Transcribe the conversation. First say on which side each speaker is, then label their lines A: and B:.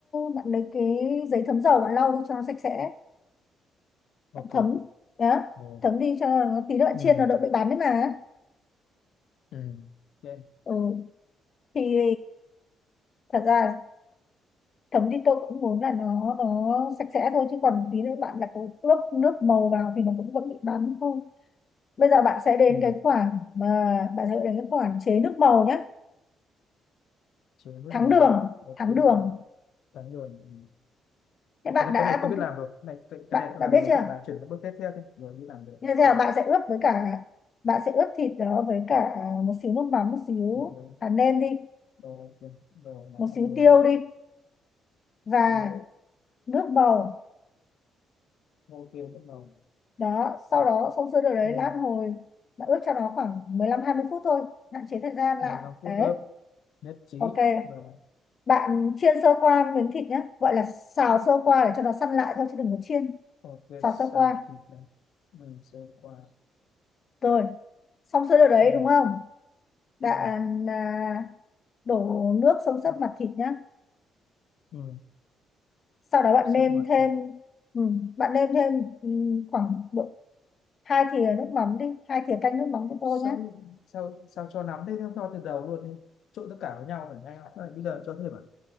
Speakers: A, on the left; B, on the left.
A: bạn lấy cái giấy thấm dầu bạn lau đi cho nó sạch sẽ
B: ok
A: thấm đó
B: rồi
A: thấm đi cho nó tí nữa
B: ừ
A: chiên nó đỡ bị bắn đấy mà
B: ừ ok
A: ừ. thì thật ra thấm đi tôi cũng muốn là nó nó sạch sẽ thôi chứ còn tí nữa bạn đặt ướp nước màu vào thì nó cũng vẫn bị bắn thôi bây giờ bạn sẽ đến
B: ừ.
A: cái khoản mà bạn sẽ đến cái khoản chế nước màu nhé
B: Chỉ nước
A: thắng
B: màu
A: đường
B: á ok
A: thắng đường
B: bán bán rồi Ừ.
A: thế bạn
B: cái này
A: đã
B: cái này tôi
A: có
B: biết
A: cái
B: làm rồi cái này cái,
A: bạn
B: cái này tôi
A: đã
B: làm
A: biết
B: rồi
A: chưa
B: thì bà chuyển cái bước tiếp theo thôi rồi đi làm được
A: như
B: ok
A: thế nào bạn sẽ ướp với cả bạn sẽ ướp thịt đó với cả một xíu nước mắm một xíu
B: thịt nướng
A: hạt nêm đi
B: rồi ok rồi nó
A: một
B: hạt
A: xíu
B: nướng
A: tiêu
B: rồi
A: đi và
B: thịt nướng
A: nước màu
B: ok ok nước màu
A: đó sau đó xong sơ đồ đấy
B: ừ.
A: lát hồi bạn ướp cho nó khoảng mười lăm đến 20 phút thôi hạn chế thời gian lại
B: 15 phút
A: đấy
B: ướp nhất trí
A: ok
B: rồi
A: bạn chiên sơ qua miếng thịt nhé gọi là xào sơ qua để cho nó săn lại thôi chứ đừng có chiên
B: ok
A: xào
B: xào
A: sơ qua
B: thịt này mình sẽ qua
A: rồi xong sơ đồ đấy
B: ừ.
A: đúng không bạn
B: ừ.
A: à, đổ nước xông xấp mặt thịt nhé
B: ừ.
A: sau đó bạn
B: sắp
A: nêm
B: mặt
A: thêm
B: thịt
A: ừ, bạn nêm thêm ừ, khoảng độ hai thìa nước mắm đi hai thìa canh nước mắm cho tôi
B: sao
A: nhé
B: sao sao cho nắm thế không cho từ đầu luôn đi trộn tất cả với nhau phải nhanh không bây giờ cho thêm à